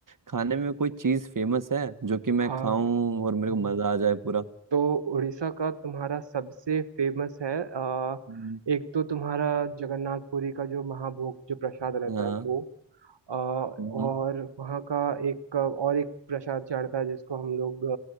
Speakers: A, on the right; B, on the right.
A: खाने में कोई चीज फेमस है जो कि मैं
B: हाँ
A: खाऊं और मेरे
B: हम्म।
A: को मजा आ जाए पूरा
B: तो उड़ीसा का तुम्हारा सबसे फेमस है आ,
A: हम्म,
B: एक तो तुम्हारा जगन्नाथ पुरी का जो महाभोग जो प्रसाद रहता
A: हाँ
B: है वो आ, और
A: हम्म,
B: वहाँ का एक और एक प्रसाद चढ़ता है जिसको हम लोग